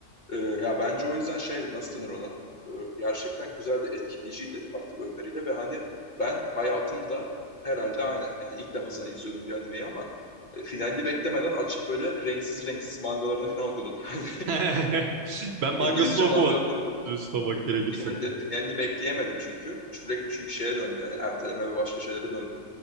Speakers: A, on the left; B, on the right.
A: Ee, ya bence o yüzden şey nasıl denir ona? Ee, gerçekten güzel de etkileyiciydi farklı bölümleriyle ve hani ben hayatımda herhalde aynen yani ilk defa zaten izliyordum bir animeyi ama e, finalini beklemeden açıp böyle renksiz renksiz mangalarını falan okudum. <laughs> Hani
B: <laughs> Ben mangasını
A: İngilizce
B: okumadım.
A: mangalarını bulup
B: Dürüst olmak gerekirse.
A: Finalde, finalini bekleyemedim çünkü. Sürekli çünkü şeye döndü. Yani erteleme ve başka şeylere döndü.